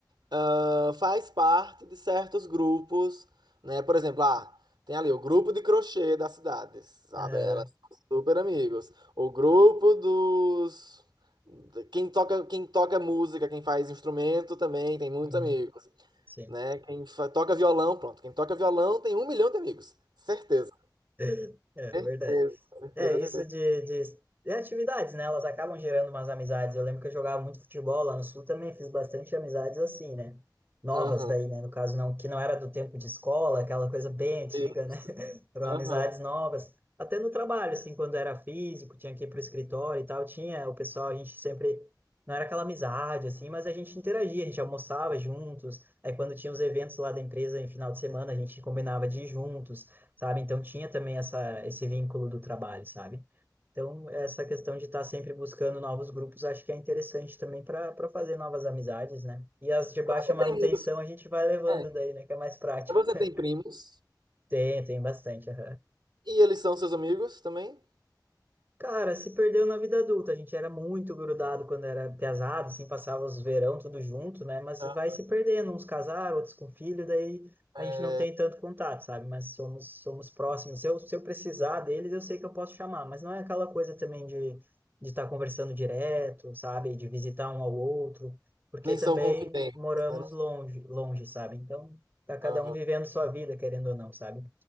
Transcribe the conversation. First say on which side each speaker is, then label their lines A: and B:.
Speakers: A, on the right; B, on the right.
A: ah, faz parte de certos grupos, né? Por exemplo, ah, tem ali o grupo de crochê das cidades, sabe?
B: Aham.
A: Elas são super amigos. O grupo dos de- quem toca, quem toca música, quem faz instrumento também tem muitos
B: Uhum.
A: amigos,
B: Sim,
A: né? Quem fa- toca violão, pronto. Quem toca violão tem um milhão de amigos, certeza.
B: <laughs> é verdade.
A: Certeza, certeza,
B: É, isso
A: certeza.
B: de, de, de atividades, né? Elas acabam gerando umas amizades. Eu lembro que eu jogava muito futebol lá no Sul também, fiz bastante amizades assim, né? Novas
A: Aham.
B: daí, né? No caso, não, que não era do tempo de escola, aquela coisa bem antiga,
A: Isso.
B: né? Foram
A: Aham.
B: amizades novas. Até no trabalho, assim, quando era físico, tinha que ir para o escritório e tal, tinha o pessoal, a gente sempre. Não era aquela amizade, assim, mas a gente interagia, a gente almoçava juntos. Aí, quando tinha os eventos lá da empresa em final de semana, a gente combinava de ir juntos, sabe? Então, tinha também essa, esse vínculo do trabalho, sabe? Então, essa questão de estar sempre buscando novos grupos, acho que é interessante também para para fazer novas amizades, né? E as de baixa
A: Mas Você
B: manutenção
A: tem amigos?
B: a gente vai levando
A: É.
B: daí, né? Que é mais prático.
A: Você
B: <laughs>
A: tem primos?
B: Tem, tem bastante. aham.
A: E eles são seus amigos também?
B: Cara, se perdeu na vida adulta. A gente era muito grudado quando era piazada, assim, passava os verão tudo junto, né? Mas
A: Ah,
B: vai se perdendo, uns casaram, outros com filho, daí a
A: é,
B: gente não tem tanto contato, sabe? Mas somos somos próximos. Se eu, se eu precisar deles, eu sei que eu posso chamar, mas não é aquela coisa também de de estar conversando direto, sabe? De visitar um ao outro, porque
A: Nem
B: também
A: são confidentes,
B: moramos
A: né? Não-
B: longe, longe, sabe? Então, tá cada
A: Aham.
B: um vivendo sua vida, querendo ou não, sabe?